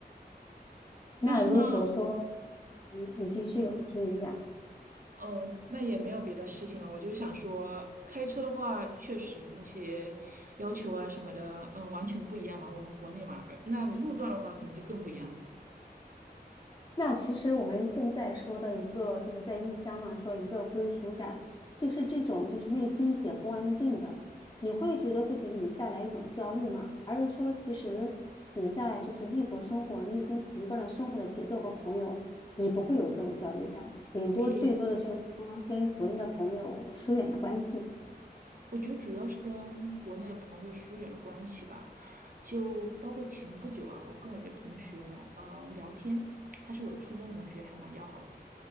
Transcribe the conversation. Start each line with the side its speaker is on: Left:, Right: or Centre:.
Left: 那如果说，
Right: 但是呢，
Left: 你你继续，我听你讲。
Right: 哦，那也没有别的事情了。我就想说，开车的话，确实那些要求啊什么的，嗯，完全不一样嘛。我们国内嘛，而那路段的话，可能就更不一样了
Left: 那其实我们现在说的一个，就是在异乡嘛，说一个归属感，就是这种就是内心也不安定的，你会觉得会给你带来一种焦虑吗？还是说其实你在就是异国生活，你已经习惯了生活的节奏和朋友，你不会有这种焦虑感，顶多最多的就是说跟国内的朋友疏远了关系。
Right: 诶，我觉得主要是跟国内的朋友疏远了关系吧，就包括前不久啊，我跟我一个同学呃聊天，他是我的初中同学，还蛮要好的，